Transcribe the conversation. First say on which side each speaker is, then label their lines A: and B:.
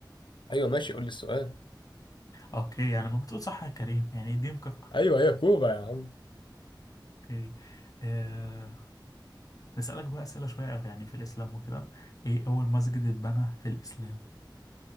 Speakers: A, on the left; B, on the left.
A: ايوه ماشي قول لي السؤال
B: اوكي يعني ما بتقول صح يا كريم يعني دي مكافأة
A: ايوه هي كوبا يا عم
B: اوكي آه. نسألك بقى أسئلة شوية يعني في الإسلام وكده ايه أول مسجد اتبنى في الإسلام